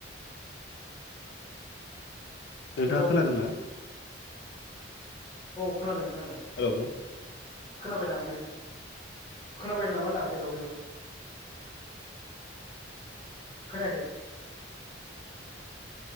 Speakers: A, on the left; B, on the left.
A: नोंथाङा
B: हेलौ
A: खोनादोंना?
B: औ खोनादों, खोनादों
A: हेलौ।
B: खोनाबाय दा ओमफाय? खोनाबाय नामा होनदां? हेलौ हेलौ, खोनायाखै?